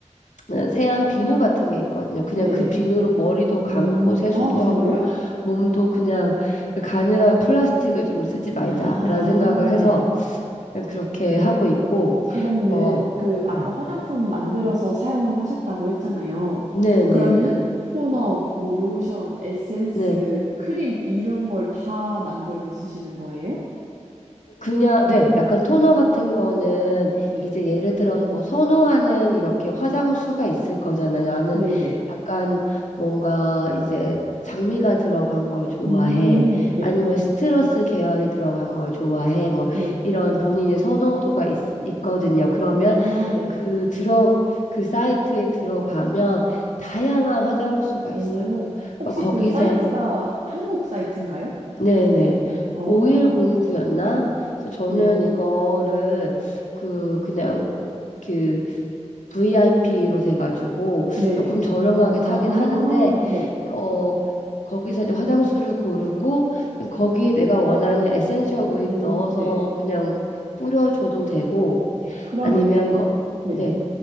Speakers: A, on the left; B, on the right.
A: 네, 세안 비누 같은 게 있거든요. 그냥
B: 네네.
A: 그 비누로 머리도 감고
B: 음,
A: 세수도
B: 아, 정말요?
A: 하고 몸도 그냥 가능한 플라스틱을 좀 쓰지 말자라는
B: 아,
A: 생각을 해서
B: 네.
A: 그냥 그렇게 하고 있고
B: 그러면은
A: 어
B: 그 아까
A: 네.
B: 화장품 만들어서 사용하셨다고 했잖아요.
A: 네네네.
B: 그러면은
A: 네.
B: 토너, 뭐 로션, 에센스,
A: 네.
B: 크림 이런 걸 다 만들어서 쓰시는 거예요?
A: 그냥, 네, 약간 토너 같은 거는
B: 네.
A: 이제 예를 들어서 뭐 선호하는 이렇게 화장수가 있을 거잖아요. 나는
B: 네네.
A: 약간 뭔가 이제 장미가 들어간 걸 좋아해.
B: 음, 네.
A: 아니면 시트러스 계열이 들어간 걸 좋아해. 뭐
B: 네.
A: 이런 본인의 선호도가 있, 있거든요. 그러면
B: 아, 네네.
A: 그 들어, 그 사이트에 들어가면 다양한 화장수가
B: 오,
A: 있어요.
B: 혹시
A: 그러니까 거기서
B: 그 사이트가 한국 사이트인가요?
A: 네네.
B: 어,
A: 오일 공구였나 그래서 저는
B: 네.
A: 이거를 그 그냥 그 VIP로 돼가지고
B: 네네.
A: 조금 저렴하게
B: 아,
A: 사긴 하는데
B: 네.
A: 어 거기서 이제 화장수를 고르고 거기에 내가 원하는 에센셜 오일을
B: 오,
A: 넣어서
B: 네.
A: 그냥 뿌려줘도 되고
B: 그러면은,
A: 아니면 거,
B: 네네.
A: 네